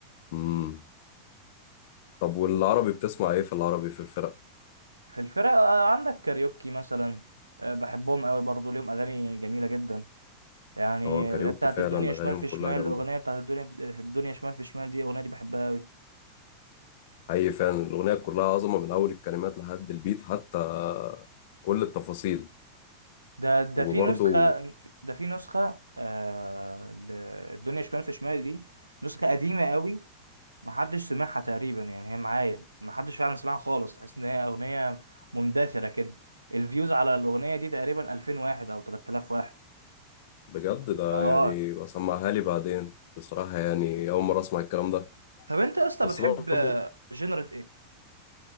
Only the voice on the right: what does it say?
في الفرق آه، عندك كاريوكي مثلا آه، بحبهم قوي برضو ليهم اغاني جميله جدا يعني
اللي هي بتاعت
الدنيا
شمال في
شمال
الاغنيه بتاعت الدنيا الدنيا شمال في شمال دي الاغنيه دي بحبها قوي
ده ده
في نسخه ده في نسخه آه ل- الدنيا شمال في شمال دي نسخه قديمه قوي محدش سمعها تقريبا يعني هي معايا محدش فعلا سمعها خالص تحس ان هي اغنيه مندثره كده الفيوز على الاغنيه دي تقريبا 2000 واحد او 3000 واحد
اه
طب انت يا اسطى
بتحب
جنرة ايه؟